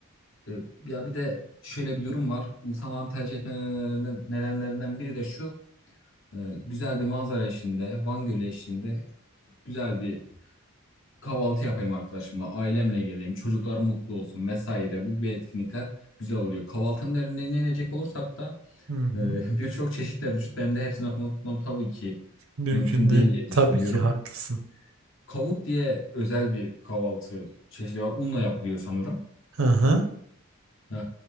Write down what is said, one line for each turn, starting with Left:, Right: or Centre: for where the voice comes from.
Left: E, ya bir de şöyle bir durum var. İnsanların tercih etme nedenlerinden, nedenlerinden biri de şu. E, güzel bir manzara eşliğinde, Van Gölü eşliğinde güzel bir kahvaltı yapayım arkadaşımla, ailemle geleyim, çocuklar mutlu olsun vesaire. Bu gibi etkinlikler güzel oluyor. Kahvaltının derinliğine inecek olursak da
Right: Hı hı.
Left: e, <laughs> birçok çeşit de vücut. Benim de hepsini aklımda tutmam tabii ki
Right: Mümkün
Left: mümkün değil
Right: değil.
Left: diye düşünüyorum.
Right: Tabii ki haklısın.
Left: Kavut diye özel bir kahvaltı çeşidi var. Unla yapılıyor sanırım.
Right: Hı hı.
Left: E,